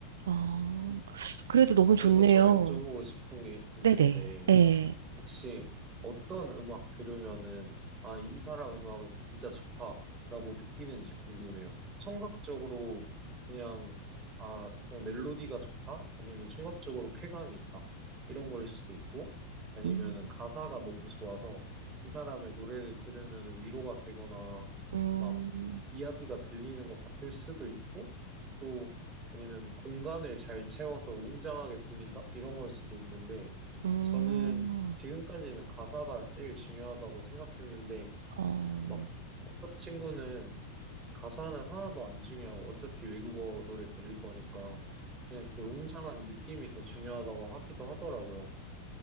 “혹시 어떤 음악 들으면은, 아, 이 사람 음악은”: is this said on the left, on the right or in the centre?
Right